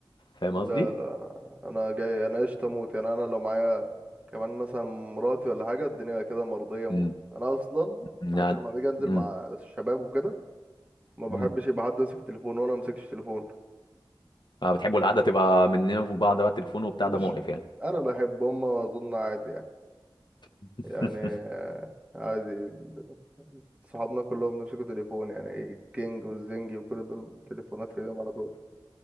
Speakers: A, on the left; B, on the right.
A: فاهم
B: ده
A: قصدي
B: لا انا انا جاي انا قشطه موت يعني انا لو معايا كمان مثلا مراتي ولا حاجه الدنيا كده مرضيه موت
A: امم
B: انا اصلا
A: يعني
B: حتى لما باجي انزل
A: امم
B: مع الشباب وكده ما بحبش
A: امم
B: يبقى حد ماسك التليفون وانا ما امسكش تليفون
A: اه بتحبوا القعده تبقى مننا في بعض بقى تليفون وبتاع
B: مش
A: ده مقرف يعني
B: انا بحب هم اظن عادي يعني
A: <laughs>
B: يعني عادي ال- صحابنا كلهم بيمسكوا تليفون يعني الكينج والزنجي وكل دول تليفونات في ايديهم على طول